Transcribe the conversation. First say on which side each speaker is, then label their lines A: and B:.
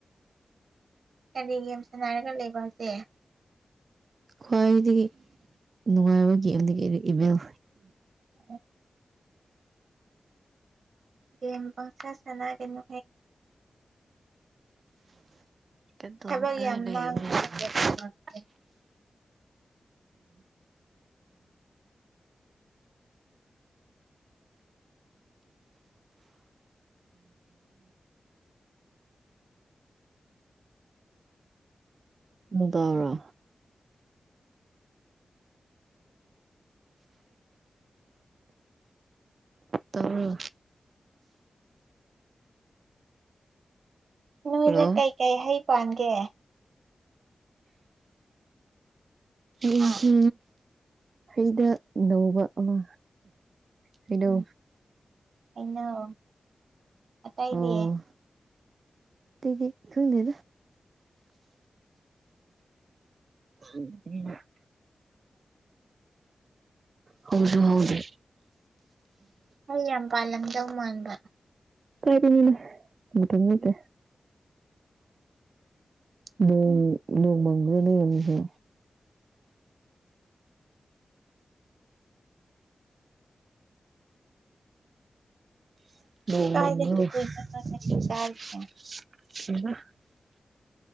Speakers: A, on the right; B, on the right.
A: ꯀꯔꯤ ꯌꯥꯝ ꯁꯥꯟꯅ ꯍꯥꯏꯔꯒ ꯂꯩꯕ ꯍꯧꯁꯦ
B: ꯈ꯭ꯋꯥꯏꯗꯒꯤ ꯅꯨꯡꯉꯥꯏꯕ ꯒꯦꯝꯗꯒꯤ ꯑꯩꯩꯅ ꯏꯕꯦꯜ
A: ꯎꯝ ꯒꯦꯝ ꯄꯪꯁꯥ ꯁꯅꯥꯒꯅꯣ
B: ꯀꯗ
A: ꯊꯕꯛ
B: ꯃꯒ
A: ꯌꯥꯝ
B: ꯂꯩꯗ
A: ꯃꯥꯡꯕꯅꯦ
B: ꯑꯣ
A: ꯒꯦꯝ ꯁꯥꯟꯅꯕꯁꯦ
B: ꯑꯗꯔꯥ ꯇꯥꯕ꯭ꯔꯣ
A: ꯅꯣꯏꯗ
B: ꯍꯜꯂꯣ
A: ꯀꯩꯀꯩ ꯍꯩ ꯄꯥꯟꯒꯦ
B: ꯑꯩꯁꯤ
A: ꯑꯥ
B: ꯍꯩꯗ ꯅꯧꯕ ꯑꯃ ꯍꯩꯅꯣ
A: ꯎꯝ ꯍꯩꯅꯧ ꯑꯇꯩꯗꯤ
B: ꯑꯣ ꯇꯗꯤ ꯈꯗꯅ ꯎꯝ ꯍꯁꯨ ꯍꯗ
A: ꯑꯩ ꯌꯥꯝ ꯄꯥꯜꯂꯝꯗꯧ ꯃꯥꯟꯕ
B: ꯀꯔꯤꯅꯇꯇꯦ ꯅꯣꯡ
A: ꯎꯝ
B: ꯅꯣꯡꯃꯥꯡꯒ꯭ꯔꯅꯦꯁꯨ <unintelligible>
A: ꯀꯥꯏꯗꯒꯤ ꯍꯨꯏꯅꯣ ꯅꯣꯏ ꯉꯁꯤ ꯆꯥꯔꯤꯁꯦ